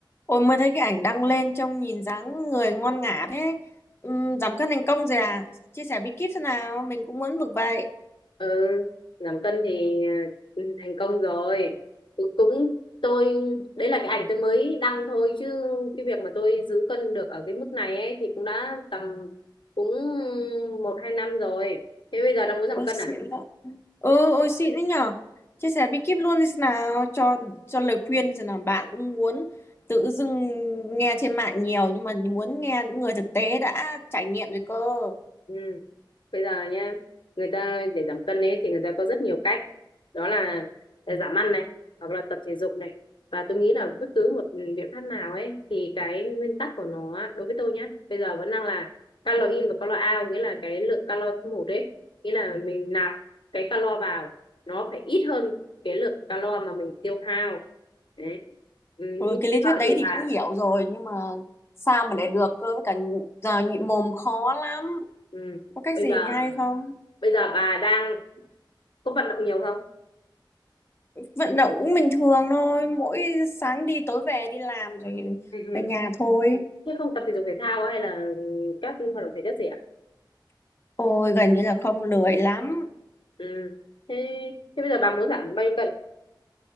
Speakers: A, on the left (about 30°); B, on the left (about 80°).
A: Ôi mới thấy cái ảnh đăng lên trông nhìn dáng người ngon ngả thế. Ừ, giảm cân thành công rồi à? Chia sẻ bí kíp thế nào? Mình cũng muốn được vậy.
B: ừ giảm cân thì à, ừ, thành công rồi cũng, cũng tôi đấy là cái ảnh tôi mới đăng thôi chứ cái việc mà tôi giữ cân được ở cái mức này ấy thì cũng đã tầm cũng một hai năm rồi thế bây giờ đang muốn giảm
A: Ôi
B: cân
A: xịn
B: à
A: vậy. Ừ, ôi xịn đấy nhở. Chia sẻ bí kíp luôn đi thế nào? Cho cho lời khuyên đi thế nào? Bạn cũng muốn tự dưng nghe trên mạng nhiều nhưng mà muốn nghe những người thực tế đã trải nghiệm rồi cơ.
B: Ừ. Bây giờ nhá, người ta để giảm cân ấy thì người ta có rất nhiều cách. Đó là à, giảm ăn này, hoặc là tập thể dục này. Và tôi nghĩ là bất cứ một biện pháp nào ấy thì cái nguyên tắc của nó á, đối với tôi nhá, bây giờ vẫn đang là calo in và calo out, nghĩa là cái lượng calo thâm hụt ấy, nghĩa là mình nạp cái calo vào nó phải ít hơn cái lượng calo mà mình tiêu hao. Đấy. Ừ, nhưng
A: Ừ, cái
B: bây
A: lý thuyết
B: giờ
A: đấy
B: thì
A: thì
B: bà
A: cũng hiểu rồi nhưng mà sao mà để được cơ với cả giờ nhịn mồm khó lắm.
B: ừ,
A: Có cách
B: bây
A: gì
B: giờ
A: hay không?
B: bây giờ bà đang có vận động nhiều không?
A: vận động cũng bình thường thôi mỗi sáng đi tối về đi làm rồi
B: <laughs>
A: về nhà thôi
B: Thế không tập thể dục thể thao hay là các hoạt động thể chất gì à?
A: ôi gần như là không lười lắm
B: Ừ. Thế, thế bây giờ bà muốn giảm bao nhiêu cân?